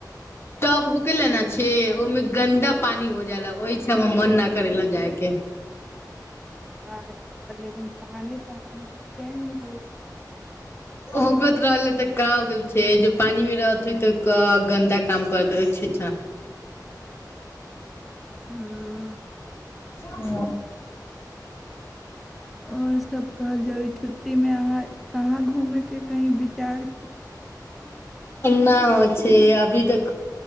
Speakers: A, on the left; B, in the centre.
A: टब होके लेना छ ओहिमे गन्दा पानी हो जााला ओहि छै हमरा मन न कर ला जाय के
B: अचछा लेकिन पानी तऽ ओ
A: हो कहत्र अले त ा हो गेल छै ज पानी मे रहते तऽ गन्दा काम करत छै
B: हँ
A: <unintelligible> ह
B: और सब कहल जाउ छुट्टी में आहा कहा घ होमे के कही विचार
A: ना हो छै अभी तक